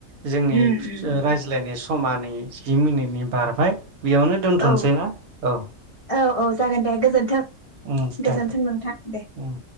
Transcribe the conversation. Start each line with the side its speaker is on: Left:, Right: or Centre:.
Right: जोंनि
Left: उम उम उम
Right: रायज्लायनाय सम समा नै जि मिनिटनि बारबाय। बेयावनो दोनथ'नोसै
Left: औ
Right: ना औ
Left: औ औ जागोन दे गोजोन्थों।
Right: उम
Left: गोजोन्थों
Right: दे
Left: नोंथां। दे
Right: उम।